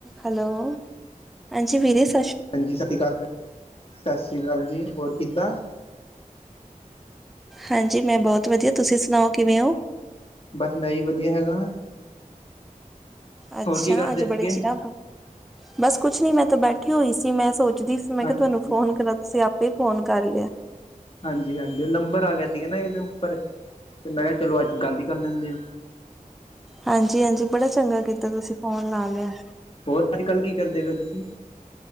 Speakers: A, in the centre; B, on the left (about 40°).
A: Hello ਹਾਂਜੀ ਵਿਰੇ ਸ
B: ਹਾਂਜੀ ਸਾਸ ਸ਼੍ਰੀ ਕਾਲ, ਸਾਸ ਸ਼੍ਰੀ ਕਾਲ ਜੀ ਹੋਰ ਕਿੱਦਾਂ।
A: ਹਾਂਜੀ ਮੈਂ ਬੋਤ ਵਧੀਆ, ਤੁਸੀਂ ਸੁਣਾਓ ਕਿਵੇਂ ਓ?
B: ਬਸ ਮੈਂ ਈ ਵਧੀਆ ਹੈਗਾਂ।
A: ਅੱਛਾ
B: ਕੀ ਕਰਦੇ
A: ਅੱਜ
B: ਸੀਗੇ
A: ਬੜੇ ਚੀਰਾ ਬਾ ਬਸ ਕੁਛ ਨੀ ਮੈਂ ਤਾਂ ਬੈਠੀ ਹੋਈ ਸੀ ਮੈਂ ਸੋਚਦੀ ਸੀ ਮੈਂ
B: ਹਾਂਜੀ
A: ਕੇਆ ਤੁਆਨੂੰ ਫੋਨ ਕਰਾ ਤੁਸੀਂ ਆਪੇ ਈ ਫੋਨ ਕਰ ਲਯਾ।
B: ਹਾਂਜੀ-ਹਾਂਜੀ ਓ ਨੰਬਰ ਆ ਗਿਆ ਸੀਗਾ ਨਾ ਇੱਕ ਦਿਨ ਉੱਪਰ ਤੇ ਮੈਂ ਕੇਆ ਚਲੋ ਅੱਜ ਗੱਲ ਹੀ ਕਰ ਲੈਂਦੇ ਆ।
A: ਹਾਂਜੀ-ਹਾਂਜੀ ਬੜਾ ਚੰਗਾ ਕੀਤਾ ਤੁਸੀਂ ਫੋਨ ਲਾ ਲਯਾ।
B: ਹੋਰ ਅੱਜ-ਕੱਲ ਕੀ ਕਰਦੇ ਪੇ ਓ ਤੁਸੀਂ?